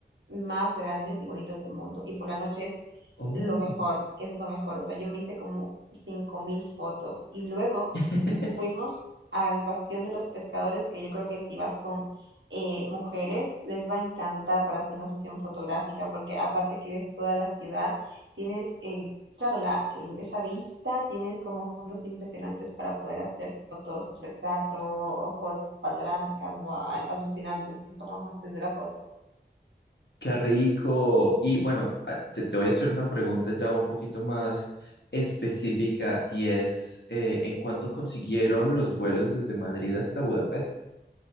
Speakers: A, on the right; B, on the left.
A: más grandes y bonitos del mundo. Y por la noche es
B: Oh.
A: lo mejor, es lo mejor. O sea, yo me hice como 5.000 fotos. Y luego
B: <laughs>
A: fuimos al Bastión de los Pescadores, que yo creo que si vas con eh, mujeres, les va a encantar para hacer una sesión fotográfica, porque aparte que ves toda la ciudad, tienes, eh, claro, la, eh, esa vista, tienes como fondos impresionantes para poder hacer fotos, retrato o fotos panorámicas, guau, alucinantes si son amantes de la foto.
B: Qué rico. Y bueno, a- te, te voy a hacer una pregunta ya un poquito más específica y es, eh, ¿en cuánto consiguieron los vuelos desde Madrid hasta Budapest?